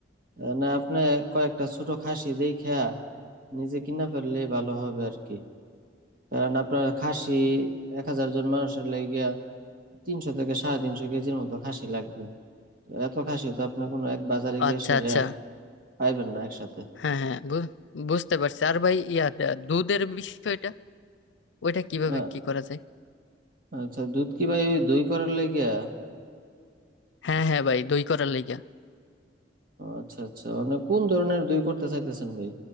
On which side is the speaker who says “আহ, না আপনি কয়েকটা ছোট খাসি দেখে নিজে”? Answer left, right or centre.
Right